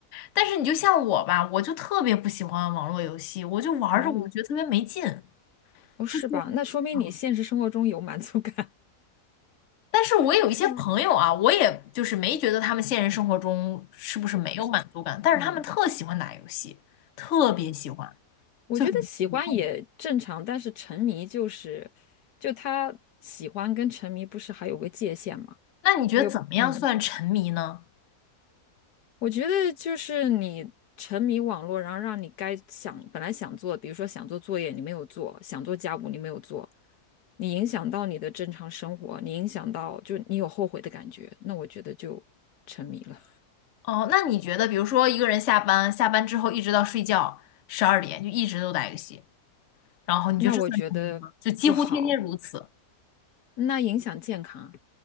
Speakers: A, on the left (about 55°); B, on the left (about 85°).
A: 但是你就像我吧，我就特别不喜欢网络游戏，我就玩儿着我就觉得特别没劲。
B: 哦，哦，
A: 就是，
B: 是吧？那说明你现实生活中有满足感，
A: 啊。但是我有一些朋友啊，
B: <laughs> 是吗？
A: 我也就是没觉得他们现实生活中是不是没有满足感，
B: 不满足。
A: 但是他们特喜欢打游戏，
B: 嗯，
A: 特别喜欢，
B: 我觉得喜欢也正常，
A: 就很奇怪。
B: 但是沉迷就是，就他喜欢跟沉迷不是还有个界限吗？
A: 那你觉得怎么样算沉迷呢？
B: 我有，嗯，我觉得就是你沉迷网络，然后让你该想本来想做，比如说想做作业你没有做，想做家务你没有做，你影响到你的正常生活，你影响到就你有后悔的感觉，那我觉得就沉迷了，
A: 哦，那你觉得，比如说一个人下班，下班之后一直到睡觉十二点，就一直都打游戏，然后你觉得这算沉迷吗？
B: <laughs> 那我觉得不好。
A: 就几乎天天如此。
B: 那影响健康。